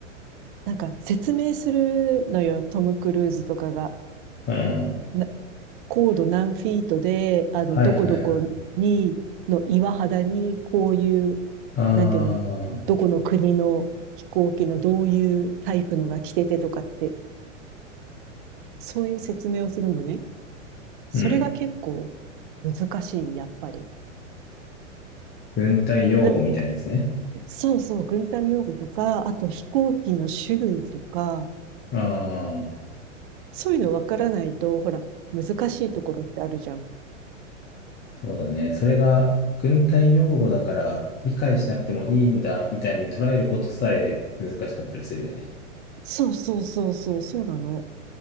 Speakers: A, on the right (about 45°); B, on the left (about 25°).
A: なんか説明するのよ、トム・クルーズとかが。
B: あ、うん。
A: な高度何フィートで、あの、
B: はいはいはい。
A: どこどこに、の岩肌に、こういう、
B: ああ、
A: なんていうの、どこの国の飛行機のどういうタイプのが来ててとかって、そういう説明をするのね。それが結構
B: うん。
A: 難しい、やっぱり。
B: 軍隊用語みたいなやつね。
A: なんか、そうそう、軍隊用語とか、あと飛行機の種類とか、
B: ああ、
A: そういうのわからないと、ほら、難しいところってあるじゃん。
B: そうだね。それが軍隊用語だから理解しなくてもいいんだみたいに捉えることさえ難しかったりするよね。
A: そうそうそうそう、そうなの。